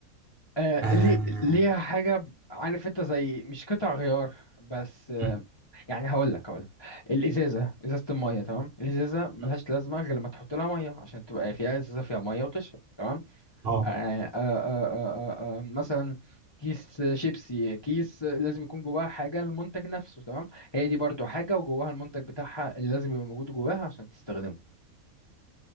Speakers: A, on the left; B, on the right.
A: آه
B: آه.
A: ليه ليها حاجة عارف انت زي مش قطع غيار بس آه
B: مم.
A: يعني هقول لك هقول لك الازازة ازازة المية تمام الازازة ملهاش
B: مم.
A: لازمة غير لما تحط لها مية عشان تبقى فيها ازازة فيها مية وتشرب تمام
B: اه
A: آه آه آه آه آه آه، مثلا كيس شيبسي كيس لازم يكون جواها حاجة المنتج نفسه تمام هي دي برضو حاجة وجواها المنتج بتاعها اللي لازم يبقى موجود جواها عشان تستخدمه